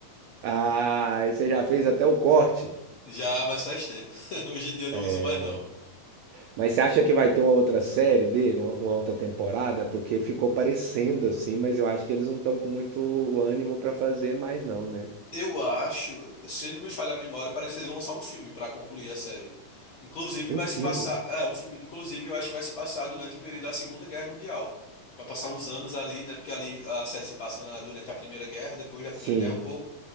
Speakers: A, on the right (about 90°); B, on the left (about 70°).
A: ah, aí você já fez até o corte.
B: Já, mas faz tempo. <laughs> Hoje em dia eu não
A: é,
B: uso mais, não.
A: Mas você acha que vai ter uma outra série dele, uma, uma outra temporada? Porque ficou parecendo assim, mas eu acho que eles não estão com muito ânimo pra fazer mais, não, né?
B: Eu acho, se não me falha a memória, parece que eles vão lançar um filme pra concluir a série. Inclusive
A: Um
B: vai
A: filme.
B: se passar, é um filme, inclusive eu acho que vai se passar durante o período da Segunda Guerra Mundial. Vai passar uns anos ali, né? Porque ali a série se passa na- durante a Primeira Guerra, depois da
A: Sim.
B: Primeira Guerra um pouco.